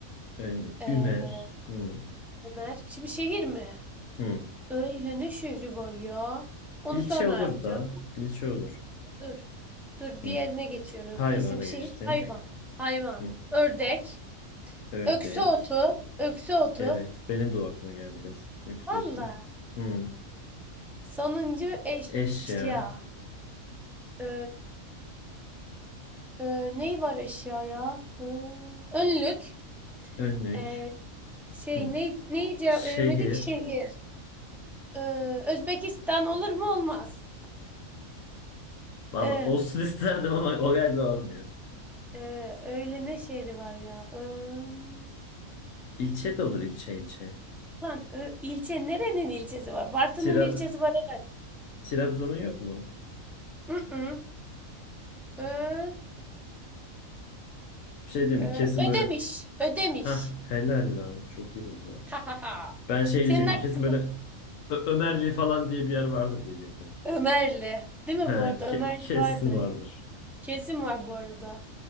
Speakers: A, on the left; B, in the centre.
A: Ö mi?
B: Ee,
A: Ümer. Hı.
B: Ömer. Şimdi şehir mi?
A: Hı.
B: Ö ile ne şehri var ya? Onu
A: İlçe
B: sonra
A: olur
B: yapacağım.
A: da. İlçe olur.
B: Dur. Dur diğerine
A: Hı.
B: geçiyorum.
A: Hayvana
B: İsim şehir
A: geçtim.
B: hayvan. Hayvan.
A: Hı.
B: Ördek.
A: Ördek.
B: Öksü otu. Öksü otu.
A: Evet. Benim de o aklıma geldi kız. Lüks
B: Valla.
A: otu. Hı.
B: Sonuncu eşya.
A: Eşya.
B: Ö, ö, neyi var eşya ya? Ö, önlük.
A: Önlük.
B: Ee, şey
A: Hı.
B: ne, neyi cevap
A: Şehir.
B: veremedik? Şehir. Eee, Özbekistan olur mu? Olmaz.
A: Valla
B: Eee,
A: olsun <laughs> isterdim ama o galiba olmuyor.
B: eee, öyle ne şehri var ya? Ön...
A: İlçe de olur ilçe ilçe.
B: Lan ö, ilçe nerenin ilçesi var? Bartın'ın
A: Tira,
B: ilçesi var herhalde.
A: Trabzon'un yok mu?
B: Mm-mm. Ö,
A: Bir şey diyeyim
B: ö,
A: mi? Kesin
B: Ödemiş.
A: böyle
B: Ödemiş.
A: ha helal lan. Çok iyi buldun ha.
B: Ha ha ha.
A: Ben şey diyecektim.
B: Senin ak-
A: Kesin böyle Ö- Ömerli falan diye bir yer vardır diyecektim.
B: Ömerli. Değil mi
A: Ha
B: bu arada?
A: ke-
B: Ömerli
A: kesin
B: vardır.
A: vardır.
B: Kesin var bu arada.